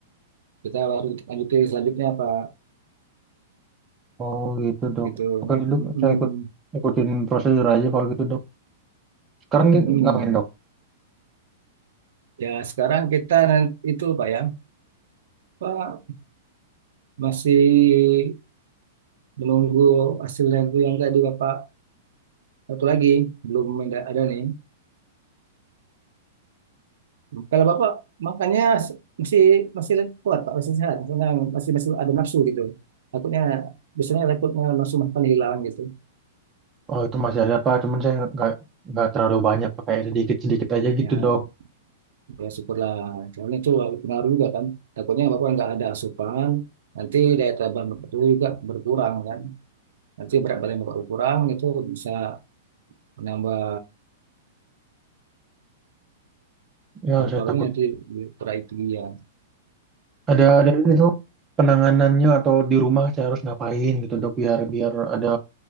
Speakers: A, on the right (about 75°); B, on the right (about 20°).
A: kita baru lanjuti selanjutnya Pak
B: Oh gitu dok.
A: gitu
B: Oke dok,
A: Mm-mm.
B: saya ikut ikutin prosedur aja kalau gitu dok. Sekarang gi-
A: Mm-mm.
B: ngapain dok?
A: ya sekarang kita nanti itu Pak ya Pak masih menunggu hasilnya itu yang tadi Bapak satu lagi belum ada, ada nih kalau Bapak makannya s- masih masih kuat Pak masih sehat maksudnya masih masih ada nafsu gitu takutnya biasanya takutnya nafsu makan hilang gitu
B: Oh itu masih ada Pak, cuman saya nggak nggak terlalu banyak pakai sedikit sedikit aja gitu
A: ya
B: dok.
A: Ya syukurlah. Soalnya itu pengaruh juga kan. Takutnya Bapak nggak ada asupan, nanti daya tahan Bapak tubuh juga berkurang kan. Nanti berat badan Bapak berkurang itu bisa menambah
B: Ya
A: paru-parunya
B: saya takut
A: nanti kurang itu ya.
B: ada ada ini dok penanganannya atau di rumah saya harus ngapain gitu dok biar biar ada